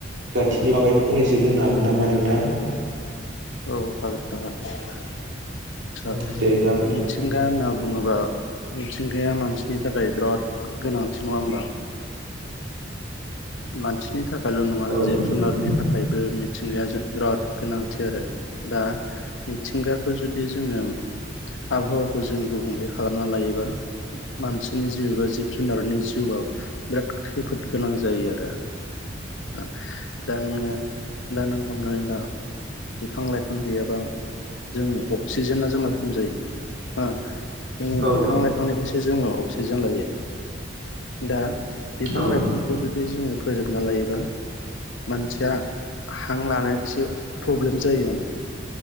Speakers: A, on the right; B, on the left.
A: खाथिनि बागै फंनैसो बुंनो हागोन नामा नोंथां
B: औ हागोन नोंथां हागोन आतसा
A: औ दे जाबाय दे
B: मिथिंगा
A: नोंथां
B: होनना बुङोबा मिथिंगाया मानसि नि थाखाय बिराद गोनांथि नङा होमबा मानसिनि थाखायल' नङा
A: औ
B: जिब
A: नोंथां
B: जुनारनि थाखायबो मिथिंगायाजों बिराद गोनांथि आरो दा मिथिंगाखौ जुदि जोङो आबहावाखौ जों गुबुंले खालामना लायोबा मानसिनि जिउ एबा जिब जुनारनि जिउआव बिराद खैफोद गोनां जायो आरो दा ओ दा नोङो दा नों हमनानै ला बिफां-लाइफां गैयाबा जोंनो अक्सिजेना जोंना खम जायो हा जोङो
A: औ
B: बिफां-लाइफांनिफायसो जोङो अक्सिजेन लायो दा बिफां
A: औ
B: -लाइफांखौ जुदि जोङो फोजोबना लायोबा मानसिया हां लानो एसे पब्लेम जायो माने।